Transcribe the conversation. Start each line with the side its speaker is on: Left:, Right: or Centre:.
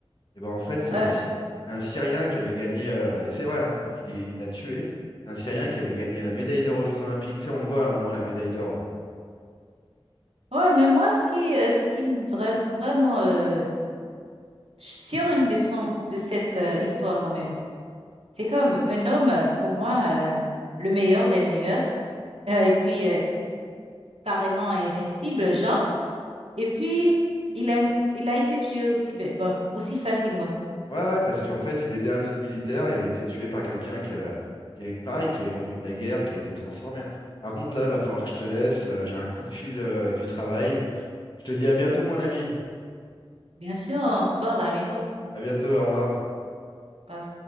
Left: Et ben en fait, c'est
Right: Euh,
Left: un, Sy- c'est un Syrien qui avait gagné, euh, et c'est vrai, hein, qui- qui- il l'a tué. C'est un Syrien qui avait gagné la médaille d'or aux Jeux Olympiques. Tu sais, on le voit à un moment, la médaille d'or.
Right: ouais, mais moi, ce qui, euh, ce qui me vra- vraiment, euh, je tire une leçon de cette euh, histoire quand même. C'est comme un homme, euh, pour moi, euh, le meilleur des meilleurs, euh, et puis euh, carrément invincible, genre. Et puis, il a, il a été tué aussi bêtement, aussi facilement.
Left: Ouais, ouais, parce qu'en fait, il aidait un autre militaire et il a été tué par quelqu'un qui, a- qui est pareil, qui est revenu de la guerre, qui a été transformé. hein. Par contre, là, va falloir que je te laisse. euh, J'ai un coup de fil, euh, du travail. Je te dis à bientôt, mon ami.
Right: Bien sûr, on se parle à bientôt.
Left: À bientôt, au revoir.
Right: Bye.